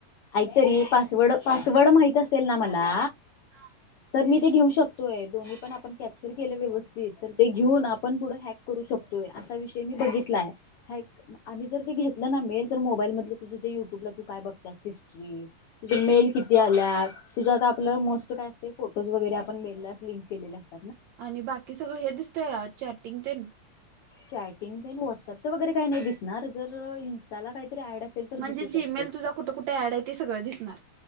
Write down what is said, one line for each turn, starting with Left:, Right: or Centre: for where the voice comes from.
Left: ऐक तरी पासवर्ड पासवर्ड माहीत असेल ना मला
Right: हा
Left: तर मी ते घेऊ शकतोय दोन्ही पण आपण कॅप्चर केलं व्यवस्थित तर ते घेऊन आपण पुढं हॅक करू शकतोय असा विषय मी बघितलाय हॅक आणि जर ते घेतलं ना मेल तर मोबाईल मधलं तुझ जे युट्यूबला तू काय बघत्यास हिस्ट्री तुझ मेल किती आल्यात तुझं आता आपलं मोस्ट काय असतय फोटोज वगैरे आपण मेललाच लिंक केलेले अस
Right: आणि बाकी सगळं हे दिसत चॅटिंग तेनं
Left: चॅटिंग तेन व्हॉट्सअपच वगैरे काय नाय दिसणार जर इन्स्टाला कायतरी ऍड असेल तर
Right: म्हणजे
Left: दिसू शकते.
Right: जीमेल तुझा कुट कुट ऍड आहे ते सगळं दिसणार.